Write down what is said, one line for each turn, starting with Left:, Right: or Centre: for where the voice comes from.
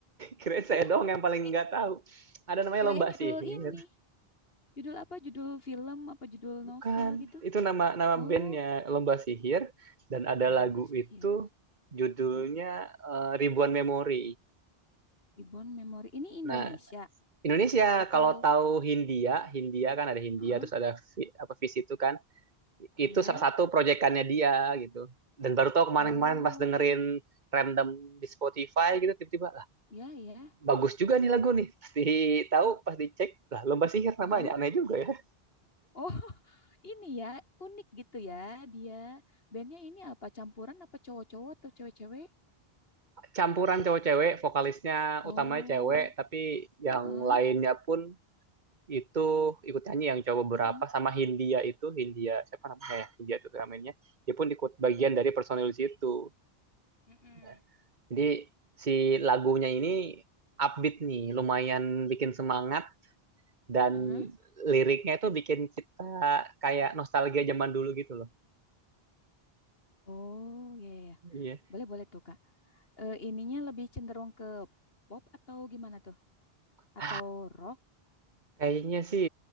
Right: kira saya
Left: iya.
Right: doang yang paling
Left: ih,
Right: nggak tahu. Ada namanya
Left: Kirain
Right: lomba
Left: judul
Right: sihir,
Left: ini. Judul apa? Judul film apa judul
Right: bukan?
Left: novel gitu?
Right: Itu nama nama
Left: Oh,
Right: bandnya lomba sihir dan ada
Left: Lomba
Right: lagu
Left: sihir.
Right: itu judulnya
Left: Heeh.
Right: eh, Ribuan Memori.
Left: Reborn Memory. Ini Indonesia
Right: Nah, Indonesia
Left: atau
Right: kalau tahu Hindia, Hindia kan ada Hindia
Left: heeh,
Right: terus ada Vi- apa Vis itu kan itu
Left: ya?
Right: salah satu proyekannya dia gitu dan baru tau kemarin-kemarin
Left: Oh,
Right: pas dengerin random di Spotify gitu tiba-tiba lah
Left: ya ya.
Right: bagus juga nih lagu nih pasti tahu pas dicek lah lomba sihir namanya
Left: Heeh.
Right: aneh juga ya
Left: Oh, <laughs> ini ya unik gitu ya dia. Bandnya ini apa? Campuran apa cowok-cowok atau cewek-cewek?
Right: campuran cowok cewek vokalisnya
Left: Oh,
Right: utamanya cewek tapi yang
Left: heeh.
Right: lainnya pun itu ikut nyanyi yang cowok
Left: heeh,
Right: berapa sama Hindia itu Hindia siapa namanya ya Hindia itu namanya dia pun ikut bagian dari personil situ
Left: Mm-mm.
Right: nah, jadi si lagunya ini upbeat nih lumayan bikin semangat dan
Left: heeh.
Right: liriknya itu bikin kita kayak nostalgia zaman dulu gitu loh.
Left: Oh, ya ya. ya.
Right: Iya.
Left: Boleh boleh tuh, Kak. Eh, ininya lebih cenderung ke pop atau gimana tuh? Atau
Right: Ah,
Left: rock?
Right: Kayaknya sih